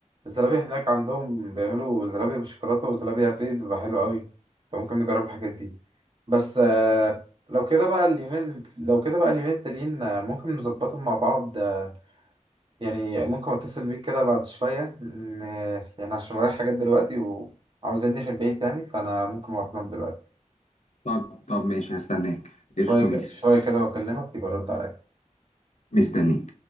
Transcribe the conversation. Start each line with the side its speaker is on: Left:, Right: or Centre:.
Right: الزلابية هناك عندهم بيعملوا زلابية بالشوكولاتة وزلابية بيض بيبقى حلو قوي انت ممكن نجرب الحاجات دي بس آه، لو كده بقى اليومين لو كده بقى اليومين التانيين آه، ممكن نظبطهم مع بعض آه، يعني ممكن اتصل بيك كده بعد شوية إن- آه، يعني عشان ورايا حاجات دلوقتي وعاوزيني في البيت يعني فأنا ممكن أروح أنام دلوقتي
Left: طب طب ماشي هستناك
Right: شوية
Left: ايش طبيس
Right: ك- شوية كده وأكلمك يبقى رد عليا
Left: مستنيك